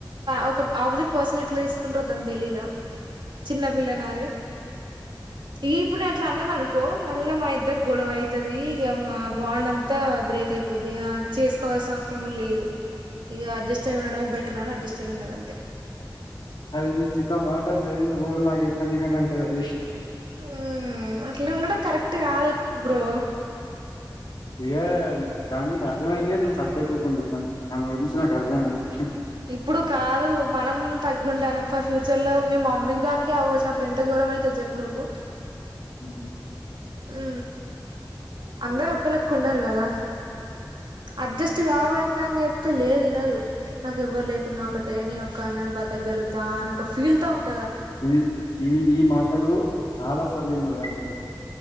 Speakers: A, on the right; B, on the left.
A: ఒక ఆపోజిట్ పర్సన్ ఎట్లా తీసుకుంటారో దాని తెలీదా చిన్నపిిల్ల నా అది ఈ ఇప్పుడు నే అట్లా అన్నది అనుకో మళ్ళా మా ఇద్దరు గొడవ అయితది ఇక మా బాండ్ అంతా బ్రేక్ అయి యిపోది చేసుకోవాల్సిన వంది లేదు ఇక అడ్జస్ట్ అయి ఉండడమే బెటర్ అని అడ్జస్ట్ అయి ఉండగా అంతే
B: అది నేను చిన్న మాట అంటది నీ పో నాకు ఎ పని కాని అంటది అద
A: మ్మ్ అట్లా ఉండడం కరెక్ట్ కాదు బ్రో
B: ఏయ దానికు అర్థంమయ్య నేను సప్డే కూపంటాను నమ్ ఉంించ నాకు అర్థంమ విషయం
A: ఇప్పుడు కాదు మనం తగ్గింటాం ఫర్ ఫ్యూచర్ లో మీ మమ్మీకి దానికి అవ్వవచ్చుిన అప్పుడు ఎంత గర ఇ అైతే చెప్పు నువ్వు
B: అ
A: ఉ అందరు ఒకళక్ ఉన్నారుారు కదా అడ్జస్ట్ కావాల అని చెప్తే లేదు వినదు నాకు ఎవ్వరు లేకున్నా ఒకటే నేను బతగలుతా అని ఒక ఫీల్ త ఉంట
B: ఇది ఇది ఈ మాటలు చాలా సలివ అంత క